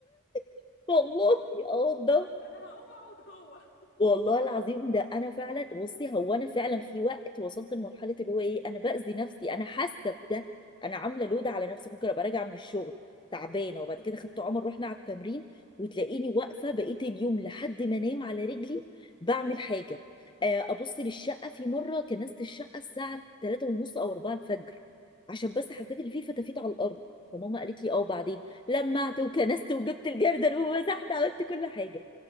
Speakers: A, on the left; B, on the left.
A: <laughs> والله اقوم
B: أنا هقوم أقعد جوه
A: والله العظيم ده انا فعلا بصي هو انا فعلا في وقت وصلت لمرحله اللي هو ايه انا باذي نفسي انا حاسه بده انا عامله لود على نفسي ممكن ابقى راجعه من الشغل تعبانه وبعد كده خدت عمر رحنا على التمرين وتلاقيني واقفه بقيت اليوم لحد ما انام على رجلي بعمل حاجه آه، ابص للشقه في مره كنست الشقه الساعه 3 ونص او 4 الفجر عشان بس حسيت ان في فتافيت على الارض فماما قالت لي اه وبعدين لمعت وكنست وجبت الجردل ومسحت عملت كل حاجه